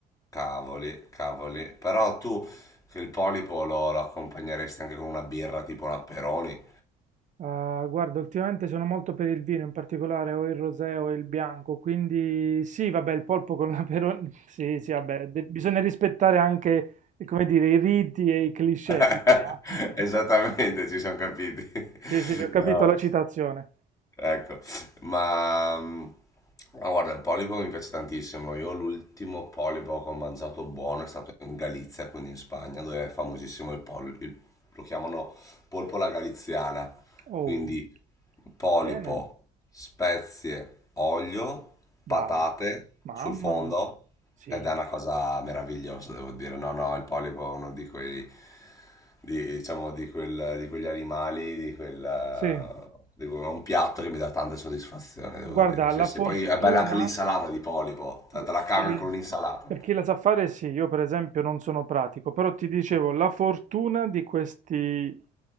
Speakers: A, on the left (about 20°); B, on the right (about 45°).
A: cavoli, cavoli. Però tu che il polipo lo, lo accompagneresti anche con una birra tipo una Peroni?
B: Ah, guarda ultimamente sono molto per il vino, in particolare o il rosé o il bianco, quindi sì vabbè il polpo con l'aperol <laughs> sì, sì vabbè, de bisogna rispettare anche, ehm, come dire, i riti e i cliché,
A: <laughs>
B: ci sta. <laughs>
A: Esattamente, ci siamo capiti.
B: Sì, sì,
A: <laughs>
B: sì, ho capito
A: No.
B: la citazione.
A: Ecco, ma, ma guarda, il polipo mi piace tantissimo. Io l'ultimo polipo che ho mangiato buono è stato in Galizia, quindi in Spagna, dove è famosissimo il polipo. Lo chiamano polpola galiziana.
B: Oh.
A: Quindi polipo,
B: Bene.
A: spezie, olio,
B: Dai,
A: patate
B: mamma,
A: sul fondo
B: sì,
A: ed è una cosa meravigliosa, devo dire. No, no, il polipo è uno di quei di, diciamo, di, quel- di quegli animali, di quel...
B: sì,
A: di quel- è un piatto che mi dà tante soddisfazioni, devo
B: guarda,
A: dire. Sì,
B: la
A: sì.
B: fortuna,
A: Poi è bella anche l'insalata di polipo,
B: gu-
A: te te la cavi
B: sì,
A: con l'insalata.
B: per chi la sa fare, sì, io per esempio non sono pratico, però ti dicevo, la fortuna di questi